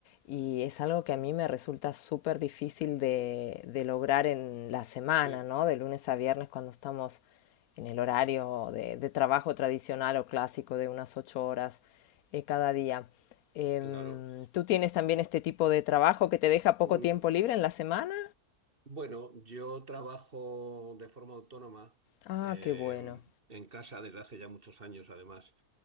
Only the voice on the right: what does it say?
sí,
claro.
Mm,
Bueno, yo trabajo de forma autónoma
eh,
en casa desde hace ya muchos años, además,